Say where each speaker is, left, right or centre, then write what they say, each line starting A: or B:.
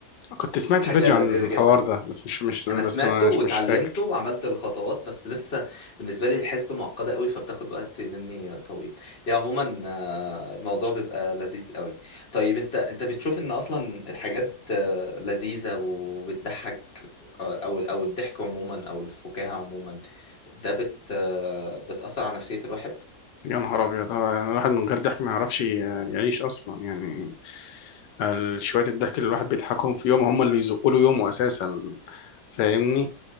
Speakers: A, on the left; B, on the left.
A: كنت سمعت
B: حاجه
A: فيديو
B: لذيذه
A: عن الحوار
B: جدا
A: ده بس مش مش بس
B: انا سمعته
A: مش
B: واتعلمته
A: مش فاكر
B: وعملت الخطوات بس لسه بالنسبه لي الحسبه معقده قوي فبتاخد وقت مني طويل يعني عموما آه، الموضوع بيبقى لذيذ قوي طيب انت انت بتشوف ان اصلا الحاجات آه، لذيذه وبتضحك آه، او او الضحك عموما او الفكاهه عموما ده بت آه، بتاثر على نفسيه الواحد
A: يا نهار ابيض هو يعني الواحد من غير ضحك ما يعرفش ي- يعيش اصلا يعني ال- شوية الضحك اللي الواحد بيضحكهم في يوم هم اللي بيزقوا له يومه اساسا فاهمني